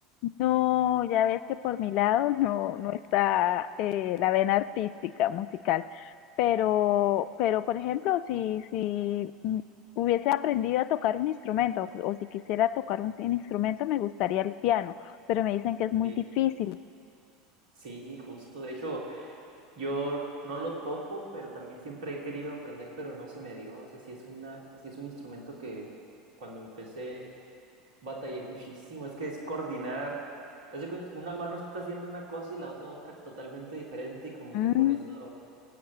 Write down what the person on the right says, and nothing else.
Sí.
Sí, justo. De hecho, yo no lo toco, pero también siempre he querido aprender, pero no se me dio. O sea, sí es una, sí es un instrumento que cuando empecé batallé muchísimo. Es que es coordinar. Haz de cuenta, una mano está haciendo una cosa y la otra otra totalmente diferente y como
que con eso